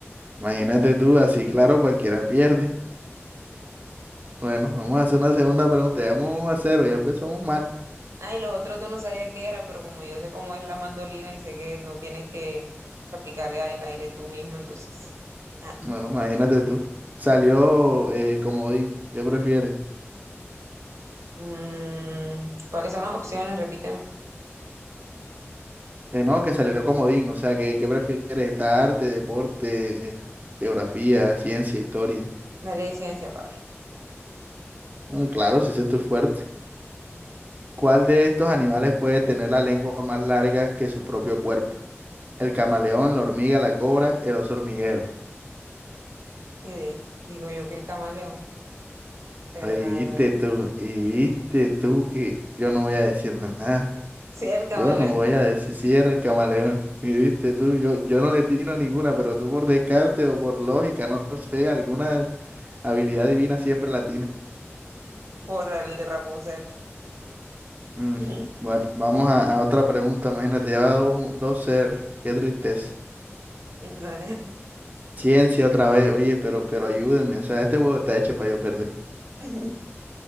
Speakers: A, on the right; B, on the right.
A: imagínate tú, así claro, cualquiera pierde. Bueno, vamos a hacer una segunda pregunta. Llevamos uno a cero. ya empezamos mal.
B: Ay, los otros dos no sabía qué era, pero como yo sé cómo es la mandolina y sé que no tienes que, que aplicarle al aire tú mismo, entonces. ah,
A: Bueno, imagínate tú. Salió eh, comodín. ¿Qué prefieres?
B: mm, ¿cuáles son las opciones? Repíteme.
A: Eh, no, que salió comodín. O sea, ¿qué, qué prefieres? ¿Está arte, deporte, geografía, ciencia, historia?
B: La ley de ciencia, pa' ver.
A: Bueno, claro, si ese es tu fuerte. ¿Cuál de estos animales puede tener la lengua más larga que su propio cuerpo? El camaleón, la hormiga, la cobra, el oso hormiguero.
B: ¿Qué di? Digo yo que el camaleón, pero
A: Ahí
B: la
A: viste
B: verdad.
A: tú,
B: <laughs>
A: y viste tú que yo no voy a decir nada.
B: Sí, el camaleón,
A: Yo no voy a decir si era el camaleón. Y viste tú, yo, yo no le tiro ninguna, pero tú por descarte o por lógica, no sé, alguna habilidad divina siempre la tienes.
B: <laughs> por el de Rapunzel.
A: Mm,
B: <laughs>
A: Bueno, vamos a, a otra pregunta. Imagínate, ya va dos 0 Qué tristeza.
B: Dale.
A: Ciencia otra vez. Oye, pero, pero ayúdenme. O sea, este juego está hecho para yo perder.
B: <laughs>